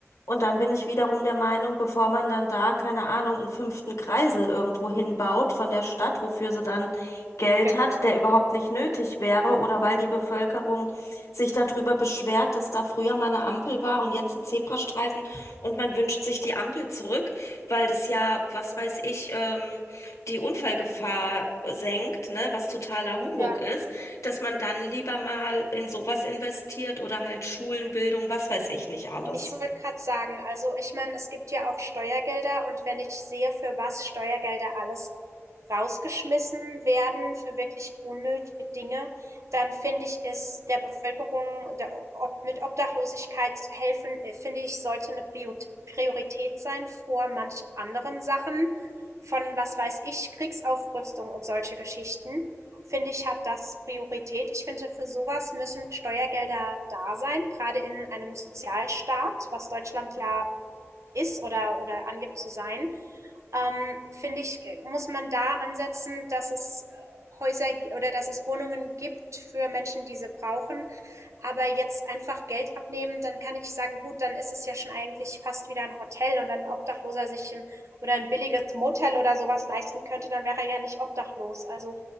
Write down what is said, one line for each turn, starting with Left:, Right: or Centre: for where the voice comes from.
Left: Und dann bin ich wiederum der Meinung, bevor man dann da, keine Ahnung, einen fünften Kreisel irgendwo hinbaut von der Stadt, wofür sie dann Geld
Right: genau.
Left: hat, der überhaupt nicht nötig wäre, oder weil die Bevölkerung sich darüber beschwert, dass da früher mal eine Ampel war und jetzt ein Zebrastreifen und man wünscht sich die Ampel zurück, weil das ja, was weiß ich, ähm, die Unfallgefahr senkt, ne, was totaler Humbug
Right: Ja.
Left: ist, dass man dann lieber mal in sowas investiert oder halt Schulen, Bildung, was weiß ich nicht alles.
Right: Ich wollte gerade sagen, also ich meine, es gibt ja auch Steuergelder und wenn ich sehe, für was Steuergelder alles rausgeschmissen werden, für wirklich unnötige Dinge, dann finde ich es der Bevölkerung der, ob, mit Obdachlosigkeit zu helfen, äh, finde ich, sollte eine Priot- Priorität sein vor manch anderen Sachen von, was weiß ich, Kriegsaufrüstung und solche Geschichten finde ich, hat das Priorität. Ich finde, für sowas müssen Steuergelder da sein, gerade in einem Sozialstaat, was Deutschland ja ist oder, oder angibt zu sein. Ähm, finde ich, muss man da ansetzen, dass es äh, Häuser g- oder dass es Wohnungen gibt für Menschen, die sie brauchen. Aber jetzt einfach Geld abnehmen, dann kann ich sagen, gut, dann ist es ja schon eigentlich fast wieder ein Hotel. Und wenn ein Obdachloser sich ein oder ein billiges Motel oder sowas leisten könnte, dann wäre er ja nicht obdachlos. Also,